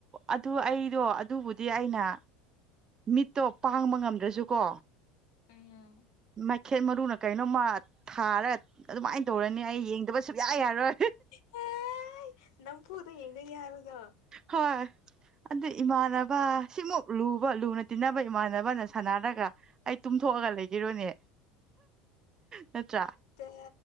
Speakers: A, on the right; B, on the left.
A: ꯑꯗꯨ ꯑꯩꯗꯣ ꯑꯗꯨꯕꯨꯗꯤ ꯑꯩꯅ ꯃꯤꯠꯇꯣ ꯄꯥꯡꯕ ꯉꯝꯗ꯭ꯔꯁꯨꯀꯣ
B: ꯎꯝ
A: ꯃꯥꯏꯈꯦꯠ ꯃꯔꯨꯅ ꯀꯩꯅꯣ ꯃꯥꯠ ꯊꯥꯔꯒ ꯑꯗꯨꯃꯥꯏꯅ ꯇꯧꯔꯅꯤ ꯑꯩ ꯌꯦꯡꯗꯕ ꯁꯨꯛꯌꯥ ꯌꯥꯔꯣꯏ
B: ꯍ ꯅꯝ ꯄꯨꯔꯗ ꯌꯦꯡꯗ ꯌꯥꯔꯗꯣ
A: ꯍꯣꯏ ꯑꯗꯨ ꯏꯃꯥꯟꯅꯕ ꯁꯤꯃꯨꯛ ꯂꯨꯕ ꯂꯨꯅ ꯇꯤꯟꯅꯕ ꯏꯃꯥꯟꯅꯕꯅ ꯁꯥꯟꯅꯔꯒ ꯑꯩ ꯇꯨꯝꯊꯣꯛꯑꯒ ꯂꯩꯈꯤꯔꯣꯅꯦ ꯅꯠꯇ꯭ꯔꯥ
B: ꯇ